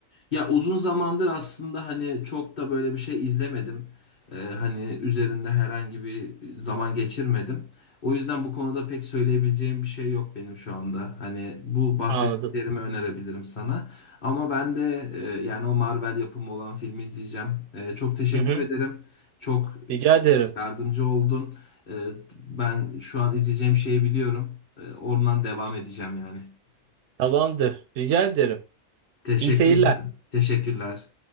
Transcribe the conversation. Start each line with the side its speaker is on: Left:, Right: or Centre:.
Left: Ya uzun zamandır aslında hani çok da böyle bir şey izlemedim. Ee, hani üzerinde herhangi bir zaman geçirmedim. O yüzden bu konuda pek söyleyebileceğim bir şey yok benim şu anda. Hani bu bahsettiklerimi
Right: Anladım.
Left: önerebilirim sana. Ama ben de e, yani o Marvel yapımı olan filmi izleyeceğim. E, çok teşekkür
Right: Hı hı.
Left: ederim. Çok
Right: Rica ederim.
Left: yardımcı oldun. E, ben şu an izleyeceğim şeyi biliyorum. E, oradan devam edeceğim yani.
Right: Tamamdır. Rica ederim.
Left: Teşekkürler.
Right: İyi seyirler.
Left: Teşekkürler.